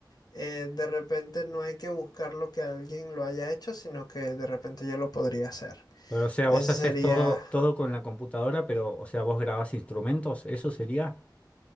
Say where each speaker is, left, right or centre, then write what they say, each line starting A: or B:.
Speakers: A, on the left; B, on the left.
A: eh, de repente no hay que buscar lo que alguien lo haya hecho, sino que de repente yo lo podría hacer.
B: Pero, o sea,
A: Ese
B: vos haces
A: sería
B: todo, todo con la computadora, pero, o sea, vos grabás instrumentos, eso sería.